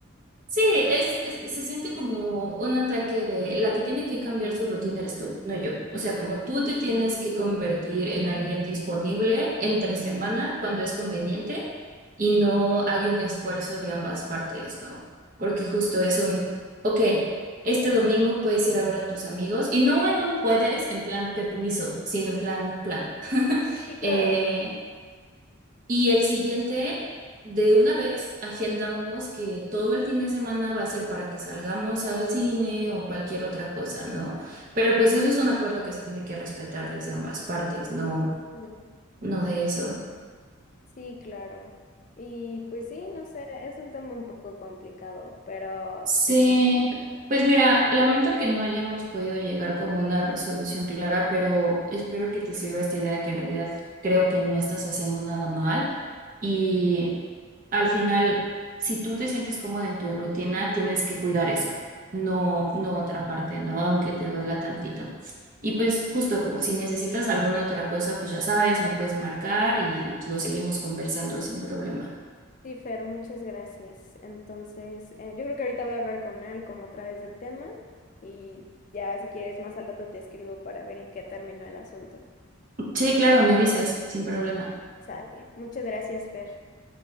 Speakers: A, on the right; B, on the left.
A: Sí, es, es- se siente como un ataque de la que tiene que cambiar su rutina eres tú, no yo. O sea, como tú te tienes que convertir en alguien disponible entre semana cuando es conveniente y no hay un esfuerzo de ambas partes, ¿no? Porque justo es un, ok, este domingo puedes ir a ver a tus amigos y no en un puedes en plan permiso, sino en plan plan. <laughs>
B: Sí, claro.
A: Eh, y el siguiente, de una vez, agendamos que todo el fin de semana va a ser para que salgamos al cine o cualquier otra cosa, ¿no? Pero pues eso es un acuerdo que se tiene que respetar desde ambas partes, no,
B: Mm,
A: no de eso.
B: Sí, claro. Y pues sí, no sé, es un tema un poco complicado, pero...
A: Sí, pues mira, lamento que no hayamos podido llegar como a una resolución clara, pero espero que te sirva esta idea de que en realidad creo que no estás haciendo nada mal y al final, si tú te sientes cómoda en tu rutina, tienes que cuidar eso, no, no otra parte, ¿no? Aunque te duela tantito. Y pues justo como si necesitas alguna otra cosa, pues ya sabes, me puedes marcar y lo seguimos conversando sin problema.
B: Sí, Fer, muchas gracias. Entonces, eh, yo creo que ahorita voy a hablar con Al como otra vez del tema y ya si quieres más al rato te escribo para ver en qué terminó el asunto.
A: Sí, claro, me avisas, sin problema.
B: Sale. Muchas gracias, Fer.